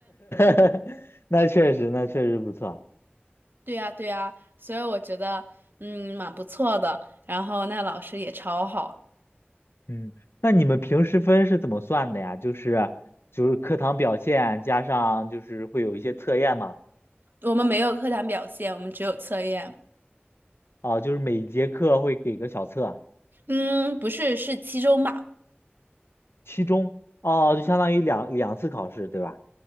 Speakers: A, on the left; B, on the right.
A: <laughs> 那确实，那确实不错。
B: 对呀，对呀，所以我觉得，嗯，蛮不错的。然后那老师也超好，
A: 嗯，那你们平时分是怎么算的呀？就是就是课堂表现加上就是会有一些测验嘛，
B: 我们没有课堂表现，我们只有测验。
A: 哦，就是每节课会给个小测，
B: 嗯，不是，是期中吧？
A: 期中，哦，就相当于两两次考试，对吧？